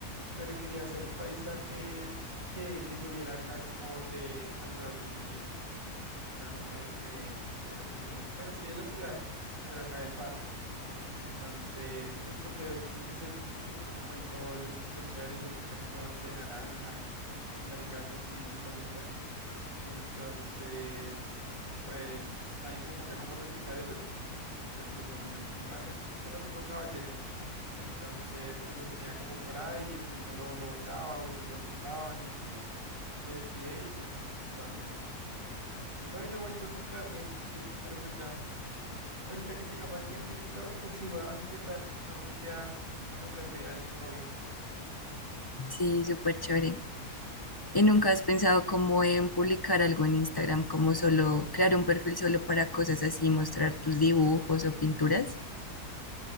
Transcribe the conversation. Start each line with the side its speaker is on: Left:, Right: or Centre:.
Right: pero quería hacer paisajes que, que yo viera acá como de alrededor de mi, acá como de, de, ya iba a ser toda la ci- bueno, sí de la ciudad, pero acá del barrio. Entonces, pues porque a veces no sé si has visto que se pone como el sol así súper chévere y se pinta como de de naranja y maricadas así súper lindas. Entonces, pues estaba intentando como replicar eso, pero pues bueno, me lo tumbaron. Es que no tengo caballete. Entonces, pues lo tenía como por ahí y el viento lo, lo botaba o ellos lo tumbaban y así. Y me descuidé y pues lo dañaron. Y no, y no he vuelto a comprar lienzos y eso, pero pues ya. Ahorita que tenga más tiempo y de todo, pues sí, voy a intentar nuevamente a, a meterle a ese hobby.
Left: Sí, súper chévere. ¿Y nunca has pensado como en publicar algo en Instagram, como solo crear un perfil solo para cosas así, mostrar tus dibujos o pinturas?